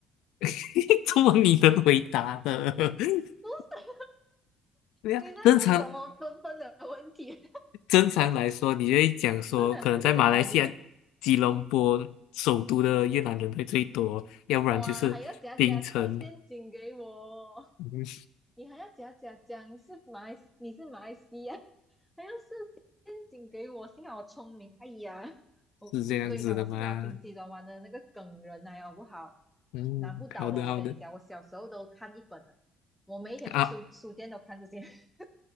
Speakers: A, on the left; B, in the centre.
A: <laughs> 这么你能回答的？<laughs>
B: <laughs> 不是，
A: 对呀，
B: 你在问什么笨笨的问题？
A: 正常正常来说，你就会讲说，
B: <laughs> 正常会是讲哪里？
A: 可能在马来西亚吉隆坡首都的越南人会最多，要不然就是槟城，
B: 哇，还要假假设陷阱给我，
A: 嗯，
B: 你还要假假讲是马来，你是马来西亚，还要请给我，幸好我聪明。哎呀，我我跟你讲，
A: 是这样子的吗？
B: 我是脑筋急转弯的那个梗人来哦，好不好？
A: 嗯，
B: 难不倒我，
A: 好的好的
B: 我跟你讲，我小时候都看一本的，我每一天去书书店都看这些。
A: 啊，
B: <laughs>